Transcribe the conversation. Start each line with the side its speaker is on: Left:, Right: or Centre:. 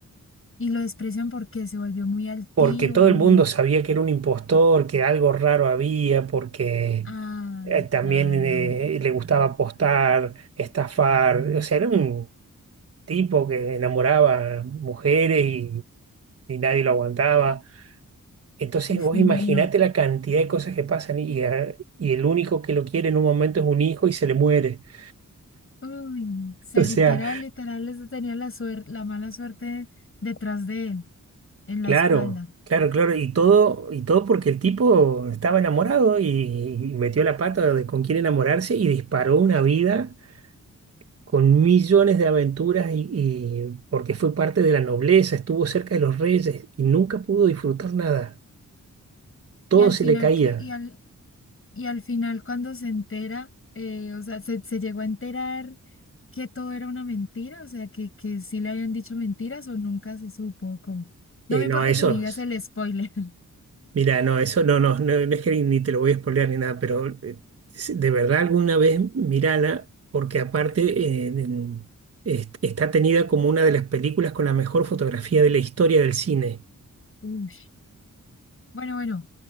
Left: Y lo desprecian porque se volvió muy altivo,
Right: porque todo
Left: muy...
Right: el mundo sabía que era un impostor, que algo raro había, porque
Left: Ay,
Right: eh, también
Left: claro.
Right: eh, le gustaba apostar, estafar, o sea, era un tipo que enamoraba mujeres y, y nadie lo aguantaba. Entonces
Left: Uf,
Right: vos
Left: me
Right: imaginate
Left: imagino.
Right: la cantidad de cosas que pasan y, eh, y el único que lo quiere en un momento es un hijo y se le muere. <laughs>
Left: Uy, o sea,
Right: O
Left: literal,
Right: sea,
Left: literal, les tenía la suerte, la mala suerte detrás de él, en
Right: Claro,
Left: la espalda.
Right: claro, claro. Y todo, y todo porque el tipo estaba enamorado y, y metió la pata de con quién enamorarse y disparó una vida con millones de aventuras y, y porque fue parte de la nobleza, estuvo cerca de los reyes y nunca pudo disfrutar nada. Todo
Left: Y al
Right: se
Left: final,
Right: le caía.
Left: que- y al, y al final cuando se entera, eh, o sea, se, se llegó a enterar que todo era una mentira, o sea, que, que sí le habían dicho mentiras o nunca se supo. cómo. No
Right: Eh,
Left: me importa
Right: no, eso.
Left: que me digas el spoiler. <laughs>
Right: Mira, no, eso no, no, no, no es que ni te lo voy a spoilear ni nada, pero eh, si- de verdad alguna vez mírala, porque aparte eh, en- est- está tenida como una de las películas con la mejor fotografía de la historia del cine.
Left: Uy. Bueno, bueno,